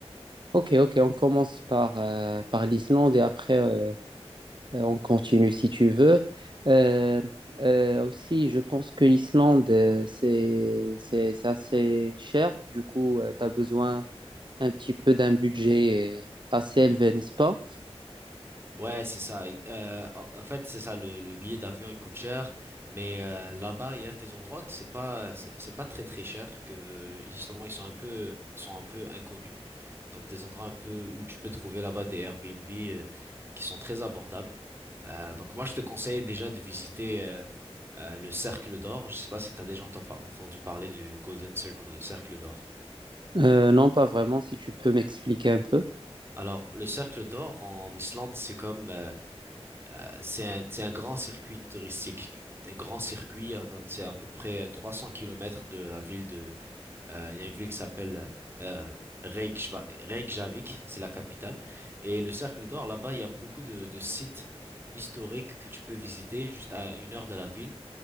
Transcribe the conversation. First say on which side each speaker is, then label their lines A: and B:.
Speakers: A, on the right; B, on the right.
A: Ok, ok, on commence par, euh, par l'Islande et après. euh, Euh, on continue si tu veux. Euh, euh, aussi, je pense que l'Islande, euh, c'est, c'est, c'est assez cher. Du coup, tu as besoin un petit peu d'un budget euh, assez élevé, n'est-ce pas?
B: Ouais, c'est ça. Et, euh, en en fait, c'est ça, le, le billet d'avion il coûte cher, mais euh, là-bas, il y a des endroits que c'est pas c'est c'est pas très très cher, que justement ils sont un peu ils sont un peu inconnus. Donc des endroits un peu où tu peux trouver là-bas des Airbnb euh, qui sont très abordables. Euh, donc moi, je te conseille déjà de visiter euh, euh, le Cercle d'Or. Je sais pas si tu as déjà enten- entendu parler du Golden Circle, le Cercle d'Or.
A: Euh, non, pas vraiment, si tu peux m'expliquer un peu.
B: Alors, le Cercle d'Or en Islande, c'est comme euh, c'est un, c'est un grand circuit touristique. Un grand circuit, hein, c'est à peu près 300 kilomètres de la ville de... euh, il y a une ville qui s'appelle euh, Reykjava- Reykjavik, c'est la capitale. Et le Cercle d'Or, là-bas, il y a beaucoup de, de sites historiques que tu peux visiter juste à une heure de la ville